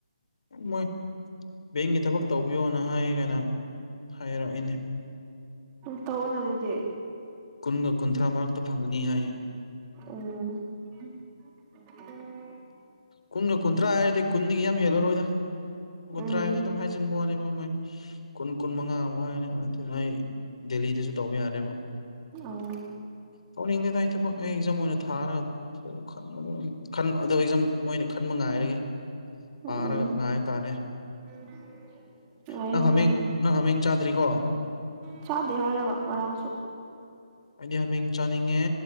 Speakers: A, on the left; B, on the right.
A: ꯃꯣꯏ ꯕꯦꯡꯒꯤ ꯊꯕꯛ ꯇꯧꯕꯤꯌꯣꯅ ꯍꯥꯏ ꯀꯅꯥ ꯍꯥꯏꯔꯛꯏꯅꯦ
B: ꯇꯧꯋꯣꯅ ꯑꯗꯨꯗꯤ
A: ꯀꯨꯟꯒ ꯀꯨꯟꯊ꯭ꯔꯥ ꯃꯔꯛꯇ ꯐꯪꯒꯅꯤ ꯍꯥꯏ
B: ꯎꯝ <unintelligible>
A: ꯀꯨꯟꯒ ꯀꯨꯟꯊ꯭ꯔꯥ ꯍꯥꯏꯔꯗꯤ ꯀꯨꯟꯗꯒꯤ ꯌꯥꯝ ꯍꯦꯜꯂꯔꯣꯏꯗ ꯀꯨꯟꯊ꯭ꯔꯥꯗꯤ
B: ꯎꯝ
A: ꯑꯗꯨꯝ ꯍꯥꯏꯖꯤꯟꯕ ꯋꯥꯅꯦꯕ ꯃꯣꯏ ꯀꯨꯟ ꯀꯨꯟ ꯃꯉꯥ ꯑꯃꯨꯛ ꯍꯥꯏꯅꯤ ꯉꯥꯏ ꯗꯦꯜꯂꯤꯗꯁꯨ ꯇꯧꯕ ꯌꯥꯔꯦꯕ
B: ꯑꯧ
A: ꯇꯧꯅꯤꯡꯗꯦꯗ ꯑꯩ ꯊꯕꯛ ꯑꯩ ꯑꯦꯛꯖꯥꯝ ꯑꯣꯏꯅ ꯊꯥꯔꯒ ꯊꯣꯛ ꯈꯟ ꯑꯗꯣ ꯑꯦꯛꯖꯥꯝ ꯃꯣꯏꯅ ꯈꯟꯕ ꯉꯥꯏꯔꯒꯦ ꯄꯥꯔꯒ
B: ꯎꯝ
A: ꯉꯥꯏꯕ ꯇꯥꯔꯦ
B: <unintelligible> ꯉꯥꯏꯌꯣ
A: ꯅꯪ ꯍꯥꯃꯦꯡ
B: ꯉꯥꯏꯌꯣ
A: ꯅꯪ ꯍꯥꯃꯦꯡ ꯆꯥꯗ꯭ꯔꯤꯀꯣ
B: ꯆꯥꯗꯦ ꯍꯥꯏꯔꯒ ꯉꯔꯥꯡꯁꯨ
A: ꯑꯩꯗꯤ ꯍꯥꯃꯦꯡ ꯆꯥꯅꯤꯡꯉꯦ